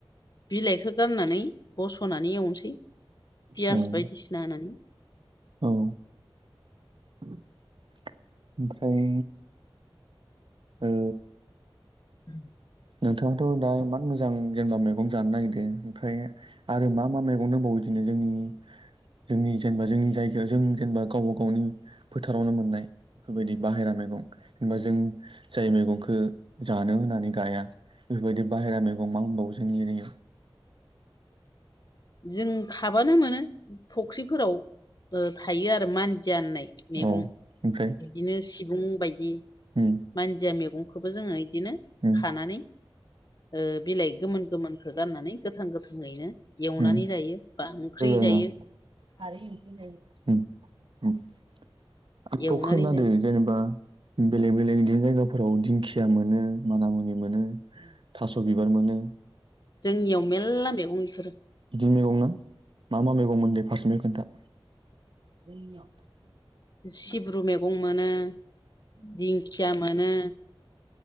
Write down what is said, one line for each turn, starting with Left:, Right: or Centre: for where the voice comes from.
Left: बिलाइखौ गारनानै बस'नानै एवनोसै पियास
Right: बेखौ औ
Left: बायदिसिना होनानै
Right: औ ओमफ्राय ओ
Left: <inaudible>
Right: नोंथाङाथ' दा इमान मोजां जेनेबा मैगं जानो नागिरदों ओमफ्राय आरो मा मा मैगं दंबावो बिदिनो जोंनि जोंनि जेनबा जोंनि जायगायाव जों जेनबा गावबा गावनि फोथारावनो मोननाय बेफोरबायदि बाहेरा मैगं जेनबा जों जाय मैगंखौ जानो होननानै गाया बेफोरबायदि बाहेरा मैगं मा होमबावो जोंनि एरै
Left: जों खाबानो मोनो फख्रिफोराव ओ थायो आरो मानजिया होननाय मैगं
Right: औ ओमफ्राय
Left: बिदिनो सिबुं बायदि
Right: उम
Left: मानजिया मैगंखौबो जोङो इदिनो
Right: उम
Left: खानानै ओ बिलाइ गोमोन गोमोनखौ गाननानै गोथां गोथाङैनो एवनानै
Right: उम
Left: जायो बा ओंख्रि
Right: आरोना
Left: जायो।
Right: खारै ओंख्रि जायो। उम उम आंथ'
Left: एवनानै
Right: खोनादो
Left: जायो
Right: जेनेबा बेलेग बेलेग इदि जायगाफोराव दिंखिया मोनो माना मुनि मोनो थास' बिबार मोनो।
Left: जोंनियाव मेरला मैगं इफोरो
Right: बिदि मैगं ना मा मा मैगंमोन दे फारसनिफ्राय खोनथा। जोंनियाव
Left: सिब्रु मैगं मोनो दिंखिया मोनो